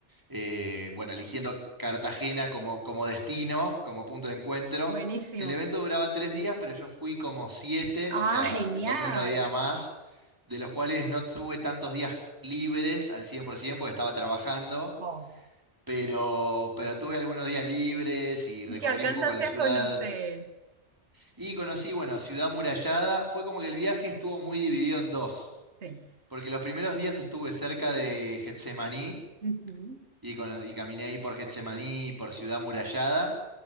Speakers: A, on the right; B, on the right.
A: eh, bueno, eligiendo Cartagena como, como destino, como punto de encuentro.
B: Buenísimo.
A: El evento duraba tres días, pero yo fui como siete,
B: Ah,
A: o sea,
B: genial.
A: me tomé unos días más. de los cuales no tuve tantos días libres al 100% porque estaba trabajando,
B: Oh.
A: pero, pero tuve algunos días libres y recorrí
B: ¿Qué alcanzaste
A: un poco la ciudad
B: a conocer?
A: y conocí, bueno, Ciudad Murallada. Fue como que el viaje estuvo muy dividido en dos,
B: Sí.
A: porque los primeros días estuve cerca de Getsemaní
B: Ujú,
A: y, cono- y caminé ahí por Getsemaní, y por Ciudad Murallada.